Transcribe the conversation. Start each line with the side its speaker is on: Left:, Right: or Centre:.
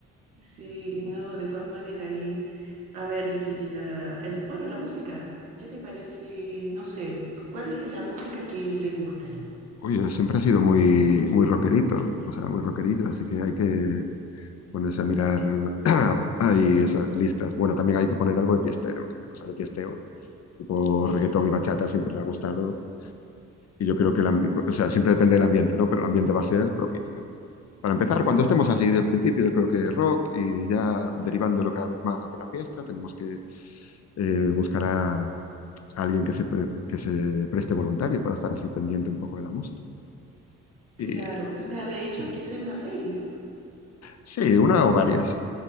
Right: sí, no, de todas maneras. Y a ver, y la, el, bueno, la música, ¿qué te parece? No sé, cu- ¿cuál es la música que le gusta a él?
Left: Oye, siempre ha sido muy, muy rockerito, o sea, muy rockerillo, así que hay que ponerse a mirar <clears throat> ahí esas listas. Bueno, también hay que poner algo de fiestero, que- o sea, de fiesteo tipo
Right: Sí.
Left: reggaetón y bachata siempre le ha gustado y yo creo que, el ambi- o sea, siempre depende del ambiente, ¿no? Pero el ambiente va a ser propicio. Para empezar,
Right: Mm,
Left: cuando estemos así del principio, yo creo que rock y ya derivándolo cada vez más hacia la fiesta, tenemos que eh, buscar a alguien que se, pre- que se preste voluntario para estar así pendiente un poco de la música.
Right: claro,
Left: Y,
Right: o
Left: eh,
Right: sea, de hecho hay que hacer una playlist.
Left: sí, una o varias.